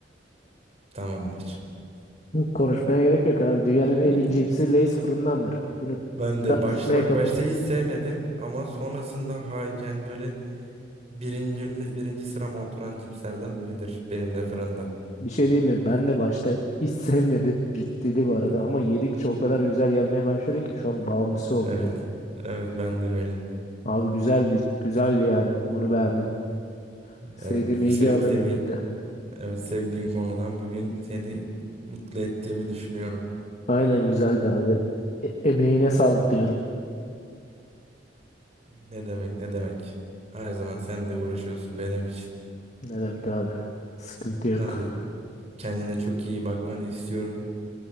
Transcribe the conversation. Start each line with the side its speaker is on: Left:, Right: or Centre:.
Right: Tamamdır.
Left: Hı, Konuşmaya gerek yok abi. Dünyanın en
Right: <laughs>
Left: iyi cipsi Lay's fırındandır. Bunu
Right: Ben de
Left: tartışmaya
Right: başta bak
Left: kapalı.
Right: başta hiç sevmedim ama sonrasında ha, yani böyle birincimiz birinci sırama oturan cipslerden biridir benim de fırında.
Left: Bir şey diyeyim mi? Ben de başta hiç <laughs> sevmedim ciddili bu arada ama yedikçe o kadar güzel gelmeye başladı ki şu an bağımlısı oldum
Right: Evet.
Left: yani.
Right: Evet ben de öyle.
Left: Abi güzel bir güzeldi yani. Bunu beğendim. Sevdiğim
Right: Evet
Left: ilgi
Right: sevdiğimi
Left: alanımdı bir de.
Right: evet, sevdiğin konudan bugün seni mutlu ettiğimi düşünüyorum.
Left: Aynen güzeldi abi. E- emeğine sağlık diyorum.
Right: Ne demek ne demek. Her zaman sen de uğraşıyorsun benim için.
Left: Ne demek abi? Sıkıntı yok.
Right: Hadi kendine çok iyi bakmanı istiyorum.